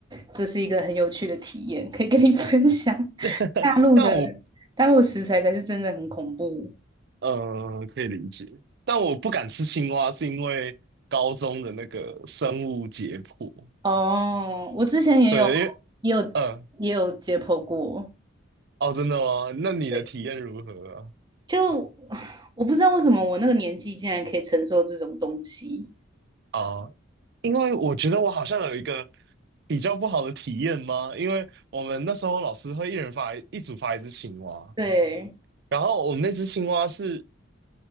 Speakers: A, on the right; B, on the right.
A: 这是一个很有趣的体验，可以跟你 <laughs> 分享。<laughs>
B: <laughs>
A: 大陆的
B: 但我
A: 大陆的食材才是真的很恐怖
B: 呃，可以理解，但我不敢吃青蛙，是因为高中的那个生物解剖。
A: 哦。我之前也有
B: 对，因为
A: 也有也有解剖过，
B: 嗯，哦，真的吗？那你的体验如何
A: 对，就 <sighs> 我不知道为什么我那个年纪竟然可以承受这种东西。
B: 啊？啊，因为我觉得我好像有一个比较不好的体验吗？因为我们那时候老师会一人发一组发一只青蛙，
A: 对，
B: 然后我们那只青蛙是